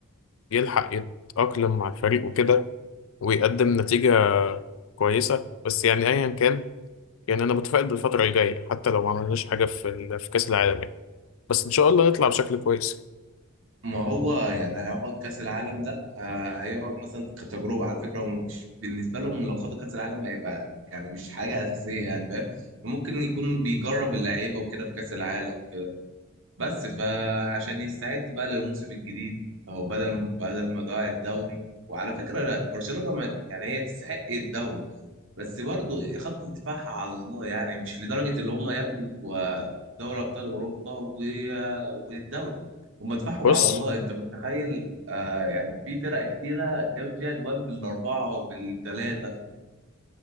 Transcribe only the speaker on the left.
يلحق يتأقلم مع الفريق وكده ويقدم نتيجة كويسة بس يعني أيا كان يعني أنا متفائل بالفترة الجاية حتى لو ما عملناش حاجة في ال- في كأس العالم يعني بس إن شاء الله نطلع بشكل كويس
بص